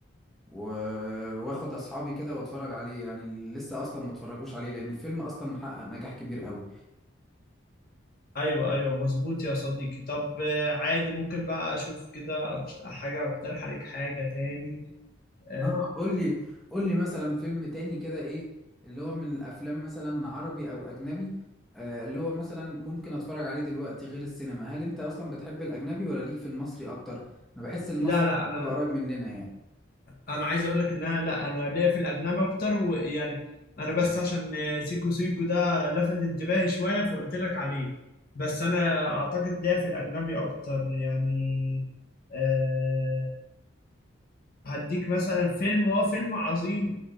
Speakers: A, in the centre; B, on the left.
A: و- واخد اصحابي كده واتفرج عليه يعني اللي لسه اصلا ما اتفرجوش عليه لان الفيلم اصلا محقق نجاح كبير قوي
B: ايوه ايوه مظبوط يا صديقي طب آه، عادي ممكن بقى اشوف كده أكش- حاجه اقترح عليك حاجه تاني آه،
A: اه قول لي قول لي مثلا فيلم تاني كده ايه اللي هو من الافلام مثلا عربي او اجنبي آه اللي هو مثلا ممكن اتفرج عليه دلوقتي غير السينما هل انت اصلا بتحب الاجنبي ولا ليك في المصري اكتر انا بحس المصري
B: لا لا انا
A: بيبقى قريب مننا يعني
B: انا عايز اقول لك ان انا لا انا ليا في الاجنبي اكتر ويعني انا بس عشان سيكو سيكو ده لفت انتباهي شويه فقلت لك عليه بس انا اعتقد ليا في الاجنبي اكتر يعني أه هديك مثلا فيلم هو فيلم عظيم